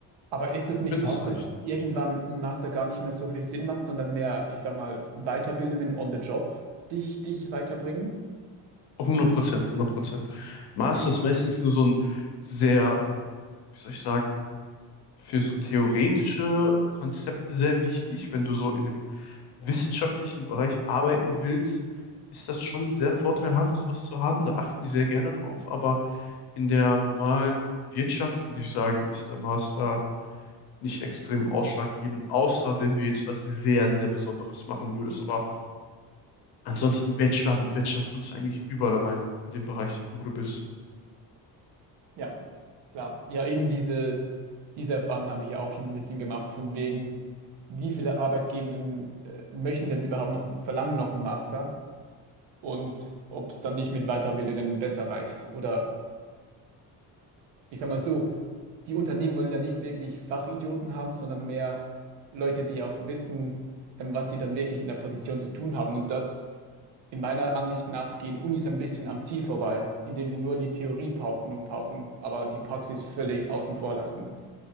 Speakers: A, on the right (about 80°); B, on the left (about 65°).
A: Aber ist es
B: ich
A: nicht
B: finde, das
A: auch
B: reicht.
A: so, dass irgendwann ein Master gar nicht mehr so viel Sinn macht, sondern mehr, ich sag mal, Weiterbildungen on the job dich, dich weiterbringen?
B: 100 Prozent, 100 Prozent. Master ist meistens nur so ein sehr, ähm, wie soll ich sagen, für so theoretische Konzepte sehr wichtig. Wenn du so in dem wissenschaftlichen Bereich arbeiten willst, ist das schon sehr vorteilhaft, sowas zu haben. Da achten die sehr gerne drauf. Aber In der normalen Wirtschaft würde ich sagen, ist der Master nicht extrem ausschlaggebend, außer wenn du jetzt was sehr, sehr Besonderes machen würdest. Aber ansonsten Bachelor, mit Bachelor kommst du eigentlich überall rein, in dem Bereich, wo du bist.
A: Ja, klar. Ja, eben diese, diese Erfahrung habe ich ja auch schon ein bisschen gemacht, von wegen, wie viele Arbeitgebenden äh, möchten denn überhaupt noch, verlangen noch einen Master und ob es dann nicht mit Weiterbildungen besser reicht. Oder ich sage mal so, die Unternehmen wollen ja nicht wirklich Fachidioten haben, sondern mehr Leute, die auch wissen, ähm, was sie dann wirklich in der Position zu tun haben. Und das, in meiner Ansicht nach, gehen Unis ein bisschen am Ziel vorbei, indem sie nur die Theorie pauken und pauken, aber die Praxis völlig außen vor lassen.